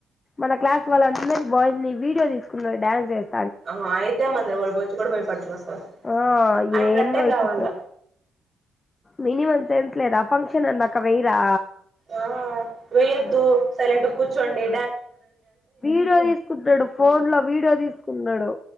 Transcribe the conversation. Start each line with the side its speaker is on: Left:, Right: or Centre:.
Left: మన క్లాస్ వాళ్ళందర్ని బాయ్స్ ని వీడియో తీసుకున్నారు డ్యాన్స్ చేస్
Right: ఆ అయితే మందరి వాళు వొచ్చు కూడా భయపడుతున్నాడు సార్
Left: ఆ
Right: ఆయన
Left: ఏందో
Right: కట్టే కావాల
Left: ఈ చిత్రం మినిమం సెన్స్ లేదా ఫంక్షన్ అన్నాక వెయరా
Right: ఆ వెయ్యద్దు సైలెంట్ కూర్చ్ సండే
Left: వీడియో తీసుకుంటున్నాడు ఫోన్ లో వీడియో తీసుకుంటున్నాడు